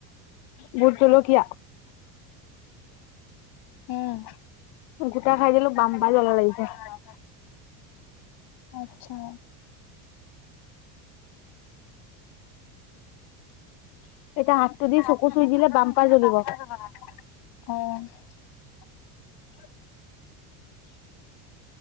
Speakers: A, on the left; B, on the left.
A: বুট জলকীয়া।
B: উম,
A: গোটা
B: দুটা
A: বাম্পাৰ
B: খাই দিলো,
A: জ্বলা
B: বাল
A: লাগিছে
B: পাই গলো আৰু। আত্ছা। <unintelligible>
A: এতিয়া হাতটো দি চকু চুই দিলে বাম্পাৰ জ্বলিব
B: অঁ'